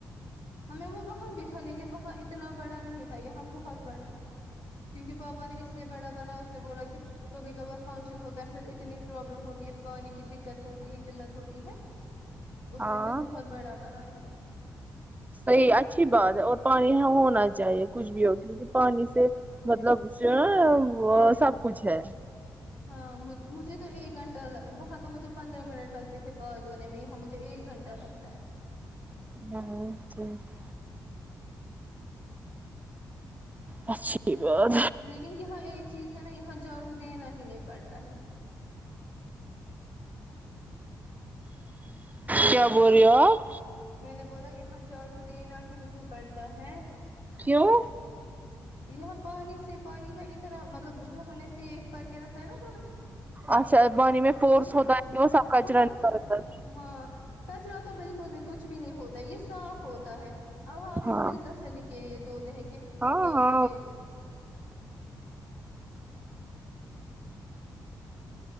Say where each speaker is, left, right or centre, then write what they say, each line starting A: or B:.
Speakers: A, on the left; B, on the right.
A: ہمیں وہ وہاں بھی تھا لیکن وہاں اتنا بڑا نہیں تھا یہاں بہت بڑا ہے کیونکہ پاپا نے اس لیے بڑا بنا اس نے بولا کہ کبھی کبھار فنکشن ہوتا ہے پھر اتنی پروابلم ہوتی ہے پانی کی دقت ہوتی ہے قلت ہوتی ہے اس
B: ہاں
A: نے پھر بہت بڑا بنایا
B: صحیح اچھی بات ہے اور پانی یہاں ہونا چاہیے کچھ بھی ہو کیونکہ پانی سے مطلب سب وہ سب کچھ ہے
A: ہاں مجھے تو ایک گھنٹہ وہاں تو مجھے پندرہ منٹ لگتے تھے بال دھونے میں یہاں مجھے ایک گھنٹہ ڈر لگتا ہے
B: <unintelligible> اچھی بات
A: لیکن یہاں ایک چیز ہے نا یہاں جڑو دینا ہی نہیں پڑتا ہے
B: کیا بول رہے ہو آپ
A: میں نے بولا یہاں جھاڑو دینا ہی نہیں پڑتا ہے
B: کیوں
A: یہ پانی سے پانی میں اتنا مطلب جو ہم نے سیف کر کے رکھا ہے نا پانی
B: اچھا بانی میں فورس
A: اس
B: ہوتا ہے کہ وہ سب کچرا
A: بہت
B: نکالتا ہے
A: ہاں کچرا تو بالکل بھی کچھ بھی نہیں ہوتا یہ صاف ہوتا ہے اب ہم اپنی
B: ہاں
A: دل تسلی کے لیے دو د ہے کہ
B: ہاں
A: میں
B: ہاں
A: ہمیں